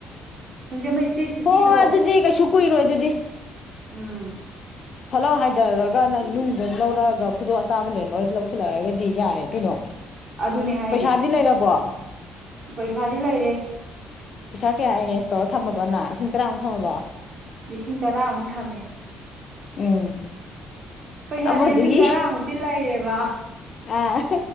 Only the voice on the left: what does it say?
ꯍꯣꯏ ꯍꯣꯏ ꯑꯗꯨꯗꯤ ꯀꯩꯁꯨ ꯀꯨꯏꯔꯣꯏ ꯑꯗꯨꯗꯤ
ꯐꯠꯂꯥꯎ ꯍꯥꯏꯊꯔꯒ ꯅꯪ ꯅꯨꯡꯗꯪ ꯂꯧꯔꯛꯑꯒ ꯈꯨꯗꯣꯡ ꯑꯆꯥꯕ ꯂꯩꯔꯝꯃꯒꯗꯤ ꯂꯧꯁꯤꯜꯂꯛꯑꯒꯗꯤ ꯌꯥꯔꯦ ꯀꯩꯅꯣ
ꯄꯩꯁꯥꯗꯤ ꯂꯩꯔꯕꯣ
ꯄꯩꯁꯥ ꯀꯌꯥ ꯑꯦꯔꯦꯟꯖ ꯇꯧꯔ ꯊꯝꯃꯕꯅ ꯂꯤꯁꯤꯡ ꯇꯔꯥꯃꯨꯛ ꯊꯝꯃꯕ
ꯎꯝ
ꯑꯃꯗꯨꯒꯤ
ꯑꯥ